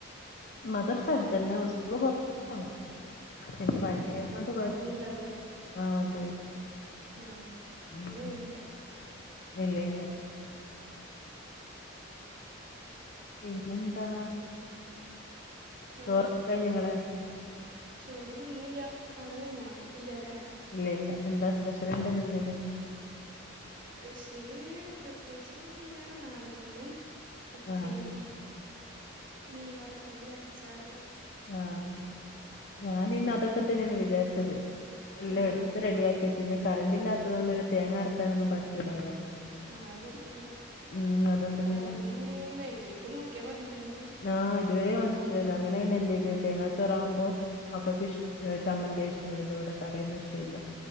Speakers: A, on the left (about 50°); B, on the right (about 60°).
A: മദർസ് അടുത്ത് തന്നെ സ്കൂള് കുറച്ച് പോണം പിന്നെ
B: ആഹ്
A: വണ്ടി വരുന്നണ്ട് കുഴപ്പല്ല
B: വണ്ടി ഉണ്ടാവൂലേ
A: ആ വണ്ടി വരും
B: ആഹ്
A: ഉം
B: അപ്പൊ പേടില്ല
A: ഇല്ല ഇല്ല പിന്നെന്താ
B: ഏഹ്
A: ചോറക്ക കയിഞ്ഞോ ങ്ങളെ
B: ചോറ് തിന്നില്ല അവിടെ കഴിഞ്ഞാ ഇല്ലല്ലേ
A: ഇല്ല ഇല്ല എന്താ സ്പെഷ്യലുണ്ടിന്നെന്തേലും
B: സ്പെഷ്യല് പ്രത്യേകിച്ചിട്ടൊന്നുല്ല്യാ നാടൻചോറും ഉപ്പേരി
A: ആ
B: മീൻ വറുത്തത് അച്ചാറ്
A: ആഹ് ഞാനിന്ന് അതൊക്കെ തന്നെയാണ് വിചാരിച്ചത് എല്ലാം
B: ആഹ്
A: എടുത്ത് റെഡിയ ആക്കി വെച്ച് പിന്നെ കറണ്ട് ഇല്ലാത്തതു കൊണ്ട് പിന്നെ തേങ്ങ അരക്കാനൊന്നും പറ്റൂലല്ലോ
B: ആ പറ്റില്ല്യാ
A: ഉം അതുകൊണ്ട്
B: കറണ്ട്നീ
A: പിന്നെ
B: വൈകീട്ട് നോക്കിയാ മതീല്ലേനീ
A: ആഹ് ഇതുവരേ വന്നിട്ടില്ലല്ലോ അങ്ങനെ പിന്നെ എന്തുയ്ത് തേങ്ങാച്ചോറാവുമ്പോ മക്കക്കിഷ് ചമ്മന്തിയാ ഇഷ്ടം അതിന്റെ കൂടെക്കറിയൊന്നുഷ്ടയില്ല